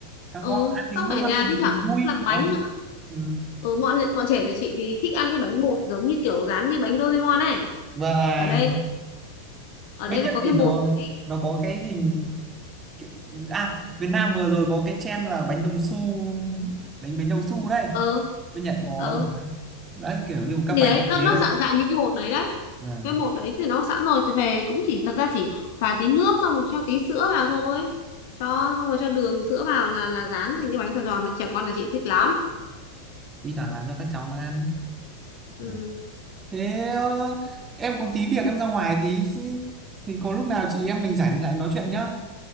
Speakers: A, on the right; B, on the left.
A: các
B: ừ
A: con ăn
B: xong
A: thấy ngon
B: rồi ở nhà
A: mình
B: thi thoảng chị
A: vui
B: cũng làm
A: đúng
B: bánh
A: không
B: nữa
A: ừ.
B: ừ bọn bọn trẻ nhà chị thì thích ăn cái bánh bột giống như kiểu dán như bánh Doraemon này
A: và
B: ở đây nó- ở
A: bên
B: đây nó
A: Nhật
B: có
A: thì
B: cái
A: nó
B: bột đấy
A: nó có cái hình cái- à Việt Nam vừa rồi có cái trend là bánh đồng xu đánh bánh đồng xu đây
B: ờ
A: bên Nhật có
B: ờ.
A: không đấy kiểu như các
B: thì
A: bánh
B: đấy nó
A: như
B: nó
A: thế đây
B: dạng dạng như cái bột đấy đấy
A: À.
B: cái bột đấy thì nó sẵn rồi thì về cũng chỉ thật ra chỉ pha tí nước xong rồi cho tí sữa vào thôi cho xong rồi cho đường sữa vào là là dán thành cái bánh tròn tròn trẻ con là chị thích lắm
A: thi thoảng làm cho các cháu nó ăn
B: ừ.
A: Ừ. thế ờ, em có tí việc em ra ngoài tí thì có lúc nào chị em mình rảnh lại nói chuyện nhá